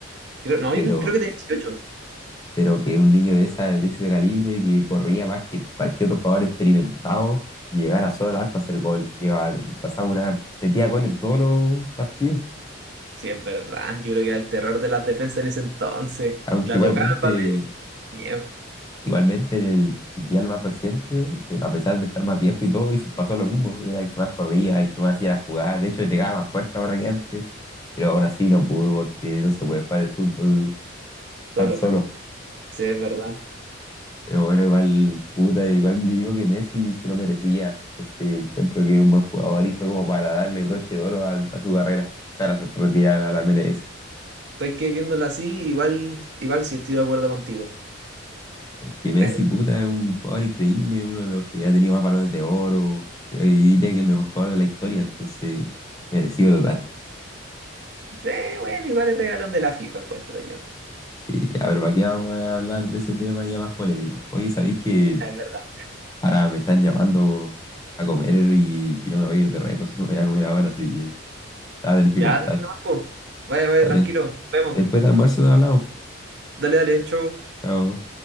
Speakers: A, on the right; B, on the left.
A: Creo, no,
B: Pero,
A: yo cre- creo que tenía dieciocho
B: pero que un niño de, esa, de ese calibre que corría más que cualquier otro jugador experimentado y llegara solo al arco a hacer gol. Llegaba, pasaba una, metía gol en todos los partidos.
A: Sí, es verdad. Yo creo que era el terror de las defensas en ese entonces.
B: Aunque
A: La
B: igualmente,
A: tocaba Mbappé, miedo,
B: igualmente en el mundial más reciente, eh, a pesar de estar más viejo y todo, hizo- pasó lo mismo. Era el que más corría, el que más hacía la jugada. De hecho, le pegaba más fuerte ahora que antes. Pero aún así no pudo porque no se puede jugar el fútbol
A: solo.
B: tan solo.
A: Sí, es verdad.
B: Pero bueno, igual, puta, igual yo digo que Messi se lo merecía, porque encuentro que es un buen jugador y fue como para darle broche de oro a, a su carrera. Claro, se fue a retirar a la MLS.
A: Estoy que viéndolo así, igual, igual sí estoy de acuerdo contigo.
B: Porque Messi,
A: Bueno,
B: puta, es un jugador increíble, uno de los que ha tenido más balones de oro. eh, Yo diría que el mejor jugador de la historia, entonces, merecido total.
A: sí, bueno, igual el regalón de la FIFA encuentro yo.
B: Sí, ya, pero ¿para qué vamos a hablar de ese tema ya más polémico? Oye, ¿sabéis que
A: Ya, Es verdad.
B: ahora me están llamando a comer y si no me voy a ir de reto, si no me voy a comer ahora, así que ah, tenéis que
A: Ya,
B: cortar,
A: dale nomás, po. Vaya, vaya,
B: ¿vale?
A: tranquilo. Nos vemos.
B: Después del almuerzo hablamos.
A: Dale, dale, chau.
B: Chao.